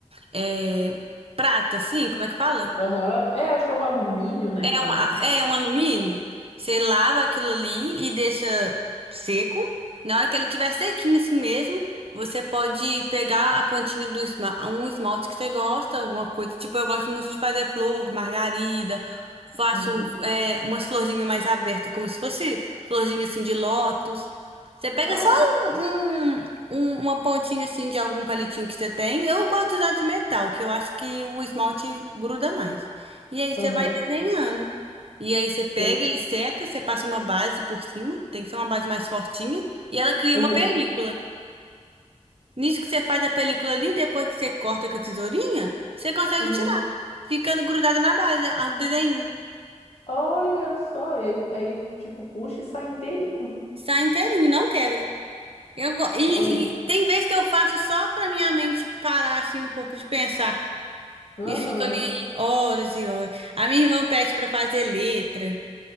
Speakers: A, on the right; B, on the left.
A: é, prata, assim? Como é que fala?
B: Aham. É, acho que é um alumínio, né?
A: É
B: Com
A: um,
B: uma,
A: a-
B: uma-
A: é um alumínio. Você lava aquilo ali e deixa seco. Na hora que ele tiver sequinho assim mesmo, você pode pegar a pontinha do esma- um esmalte que você gosta, alguma coisa. Tipo, eu gosto muito de fazer flor, margarida. Faço
B: Uhum.
A: é, umas florzinhas mais abertas, como se fosse florzinha assim de lótus. Você pega
B: Ah,
A: só um, um- um- uma pontinha assim de algum palitinho que você tem. Eu gosto de usar de metal, que eu acho que o esmalte gruda mais. E aí você
B: aham.
A: vai desenhando. E aí você pega,
B: E-
A: ele seca, você passa uma base por cima, tem que ser uma base mais fortinha, e ela cria
B: aham,
A: uma película. Nisso que você faz a película ali, depois que você corta com a tesourinha, você consegue
B: aham.
A: tirar, ficando grudada na base, a- o desenho.
B: Olha só, e aí, aí, tipo, puxa e sai inteirinho.
A: Sai inteirinho, não quebra. Eu go- e,
B: Olha.
A: e tem vezes que eu faço só pra minha mente parar assim um pouco de pensar.
B: Aham.
A: E fico ali horas e horas. A minha irmã pede pra fazer letra.